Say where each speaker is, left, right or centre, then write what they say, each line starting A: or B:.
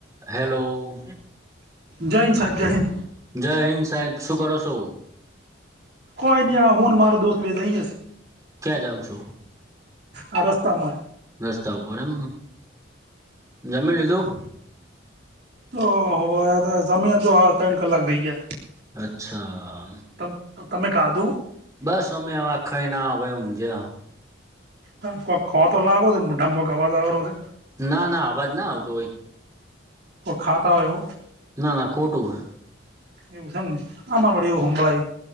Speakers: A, on the right; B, on the right.
A: Hello.
B: જય હિંદ સાહેબ જય હિંદ.
A: જય હિંદ સાહેબ શું કરો છો.
B: કોઈની હું મારે દોસ્ત બે જઈએ છે.
A: ક્યાં જાઓ છો.
B: આ રસ્તામા
A: રસ્તા ઉપર એમ. જમી લીધું?
B: ઓહો આતો જમી તો આ ત્રણ કલાક થઈ ગયા.
A: અચ્છા.
B: તમ તો તમે ખાધું?
A: બસ અમે આ હવે ખઈને આ હવે ઊંઘ્યા.
B: હા કોઈક ખો તો લાગો છો મોઢામાં કોક અવાજ આવે રો તે.
A: ના ના અવાજ ના આવતો હોય.
B: કોક ખાતા હોય એવો.
A: ના ના ખોટું હે.
B: એવું સે એમ ને? આમાં વરી એવું હભળાયું.